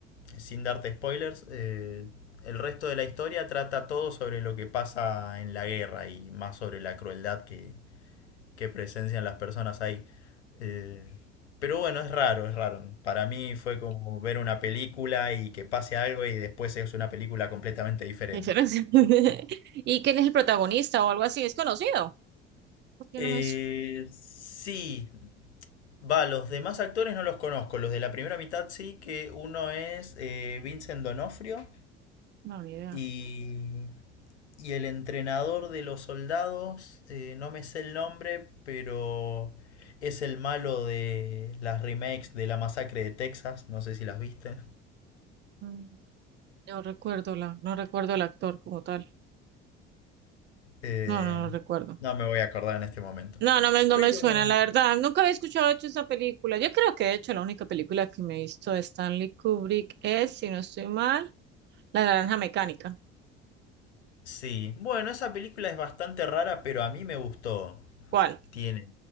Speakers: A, on the left (about 80°); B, on the right (about 35°).
A: sin darte spoilers, eh, el resto de la historia trata todo sobre lo que pasa en la guerra y más sobre la crueldad que, que presencian las personas ahí. Eh, pero bueno, es raro, es raro. Para mí fue como ver una película y que pase algo y después es una película completamente diferente.
B: Excelente. <laughs> ¿Y quién es el protagonista o algo así? ¿Es conocido? Porque
A: Eh,
B: no me... es
A: sí, Va, los demás actores no los conozco. Los de la primera mitad sí, que uno es eh, Vincent Donofrio
B: No, ni idea.
A: y, y el entrenador de los soldados, eh, no me sé el nombre, pero es el malo de las remakes de la masacre de Texas. No sé si las viste.
B: Mm, No recuerdo la, no recuerdo el actor como tal.
A: Eh,
B: No, no lo recuerdo.
A: no me voy a acordar en este momento.
B: No, no me, no
A: Pero
B: me suena, la verdad. Nunca había escuchado de hecho esa película. Yo creo que de hecho la única película que me he visto de Stanley Kubrick es, si no estoy mal, La Naranja Mecánica.
A: sí, bueno, esa película es bastante rara, pero a mí me gustó.
B: ¿Cuál?
A: Tiene.